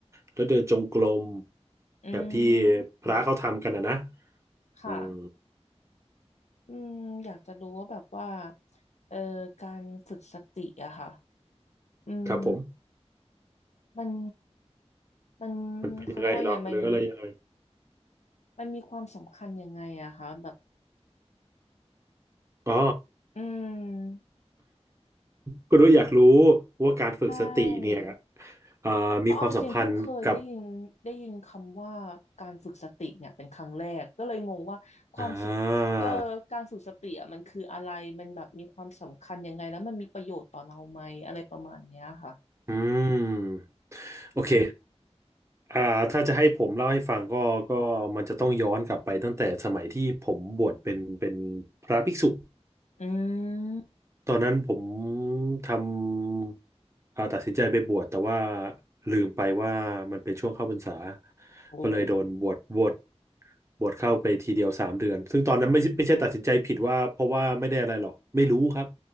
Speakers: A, on the right; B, on the left.
A: แล้วเดินจงกรม
B: อื
A: แบบที่
B: ม
A: พระเขาทำกันนะนะ
B: ค่ะ
A: อืม
B: อืมอยากจะรู้ว่าแบบว่าเอ่อการฝึกสติอะค่ะ อืม
A: ครับผม
B: มันมัน
A: มันเป็นยังไงเหรอหรืออะไรยังไง
B: เขาเรียกว่ายังไงมันมันมีความสำคัญยังไงอะคะแบบ
A: อ๋อ
B: อืม
A: คุณอุ้ยอยากรู้ว่าการฝึกสติเนี่ย
B: ใช่
A: เอ่อมีความสัมพันธ์กับ
B: เพราะเอาจริงๆเพิ่งเคยได้ยินได้ยินคำว่าการฝึกสติเนี่ยเป็นครั้งแรก ก็เลยงงว่าความสึกเอ่อการฝึกสติอะมันคืออะไร
A: อ่า
B: มันแบบมีความสำคัญยังไงแล้วมันมีประโยชน์ต่อเราไหมอะไรประมาณเนี้ยค่ะ
A: อืมโอเคอ่าถ้าจะให้ผมเล่าให้ฟังก็ก็มันจะต้องย้อนกลับไปตั้งแต่สมัยที่ผมบวชเป็นเป็นพระภิกษุ
B: อืม
A: ตอนนั้นผมทำอ่าตัดสินใจไปบวชแต่ว่าลืมไปว่ามันเป็นช่วงเข้าพรรษา
B: โอ้
A: ก็เลยโดนบวชบวชบวชเข้าไปทีเดียวสามเดือนซึ่งตอนนั้นไม่ใช่ไม่ใช่ตัดสินใจผิดว่าเพราะว่าไม่ได้อะไรหรอก ไม่รู้ครับ